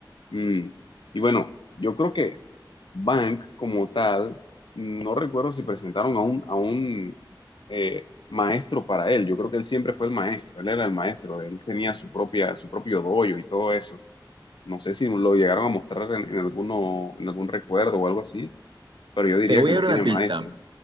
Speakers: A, on the left (about 80°); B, on the right (about 80°).
A: Mm, Y bueno, yo creo que Bank como tal, no recuerdo si presentaron a un, a un eh, maestro para él. Yo creo que él siempre fue el maestro, él era el maestro, él tenía su propia, su propio dojo y todo eso. No sé si lo llegaron a mostrar en, en alguno, en algún recuerdo o algo así, pero yo diría
B: Te voy
A: que
B: a
A: no
B: dar
A: tiene
B: una sí, pista.
A: maestro.